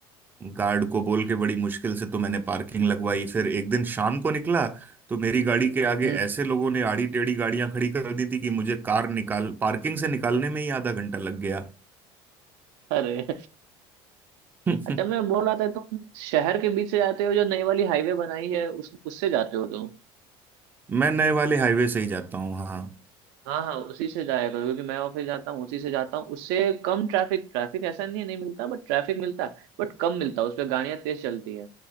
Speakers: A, on the right (about 15°); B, on the right (about 80°).
A: गार्ड को बोल के बड़ी मुश्किल से तो मैंने पार्किंग लगवाई फिर एक दिन शाम को निकला तो मेरी गाड़ी के आगे
B: हम्म
A: ऐसे लोगों ने आड़ी टेढ़ी गाड़ियां खड़ी कर दी थी कि मुझे कार निकाल पार्किंग से निकालने में ही आधा घंटा लग गया।
B: अरे
A: हम्म,
B: अच्छा मैं बोल रहा था तुम शहर के बीच से जाते हो जो नई वाली हाईवे बनाई है उस उससे जाते हो तुम
A: मैं नए वाले हाईवे से ही जाता हूँ हाँ
B: हाँ हाँ उसी से जाया करो क्योंकि मैं ऑफिस जाता हूँ उसी से जाता हूँ उससे कम ट्रैफिक ट्रैफिक ऐसा नहीं है नहीं मिलता बट ट्रैफिक मिलता है बट कम मिलता है उस पर गाड़ियाँ तेज चलती है